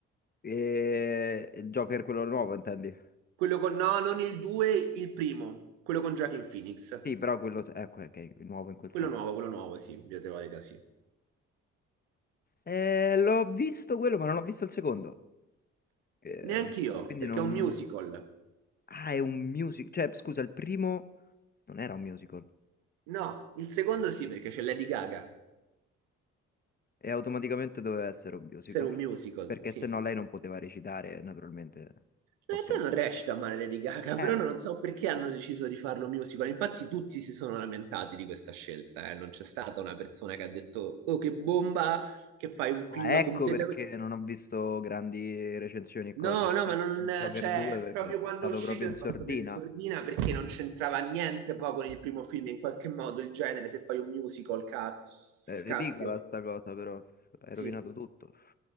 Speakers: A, on the left (about 25°); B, on the right (about 70°).
A: E... Il Joker quello nuovo, intendi?
B: quello con, no, non il 2, il primo, quello con Joaquin Phoenix,
A: Sì, però quello... Ecco, ok, nuovo in quel
B: quello
A: senso.
B: nuovo, quello nuovo, sì, in via teorica, sì.
A: Eh, l'ho visto quello, ma non ho visto il secondo. Eh,
B: Neanche io,
A: quindi
B: perché
A: non...
B: è un musical.
A: Ah, è un musical. Cioè, scusa, il primo non era un musical.
B: No, il secondo sì, perché c'è Lady Gaga.
A: E automaticamente doveva essere un musical.
B: Se era un musical,
A: Perché
B: sì.
A: se no lei non poteva recitare, naturalmente. Può
B: In realtà
A: solo
B: non
A: cantare.
B: recita male Lady Gaga,
A: Eh,
B: <laughs> però non so perché hanno deciso di farlo musical. Infatti tutti si sono lamentati di questa scelta, eh. Non c'è stata una persona che ha detto, oh, che bomba, che fai un film
A: ah, ecco
B: completamente...
A: perché non ho visto grandi recensioni e cose,
B: No,
A: scene
B: no, ma non...
A: di Joker
B: Cioè,
A: 2, perché
B: proprio
A: è
B: quando
A: stato
B: è uscito
A: proprio in
B: è
A: sordina.
B: passato in sordina perché non c'entrava niente poi con il primo film. In qualche modo il genere, se fai un musical, cazzo,
A: È ridicola
B: caspio.
A: sta cosa, però. Hai
B: Sì.
A: rovinato tutto.